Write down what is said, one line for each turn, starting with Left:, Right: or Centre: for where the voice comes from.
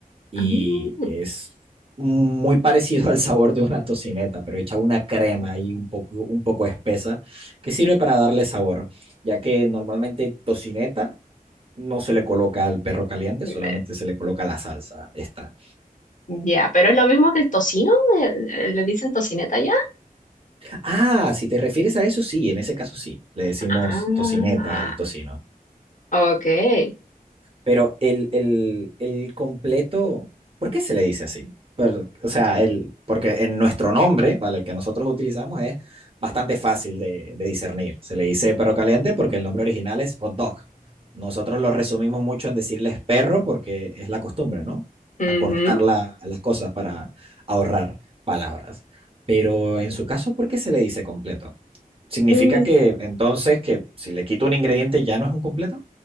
Right: y
Left: Ah,
Right: es muy parecido <laughs> al sabor de una tocineta, pero hecha una crema ahí un poco, un poco espesa que sirve para darle sabor, ya que normalmente tocineta no se le coloca al perro caliente,
Left: eh,
Right: solamente se le coloca la salsa. Esta.
Left: ya, pero es lo mismo que el tocino, eh, eh, le dicen tocineta ya.
Right: Ah, si te refieres a eso, sí, en ese caso sí. Le decimos
Left: Ah,
Right: tocineta al tocino.
Left: ok.
Right: Pero el, el, el completo, ¿por qué se le dice así? Pero, o sea, el, porque en nuestro nombre, ¿vale? El que nosotros utilizamos es bastante fácil de, de discernir. Se le dice perro caliente porque el nombre original es hot dog. Nosotros lo resumimos mucho en decirles perro porque es la costumbre, ¿no?
Left: Ujú.
Right: Acortar la- las cosas para ahorrar palabras. Pero en su caso, ¿por qué se le dice completo? ¿Significa
Left: Mm,
Right: que entonces que si le quito un ingrediente ya no es un completo?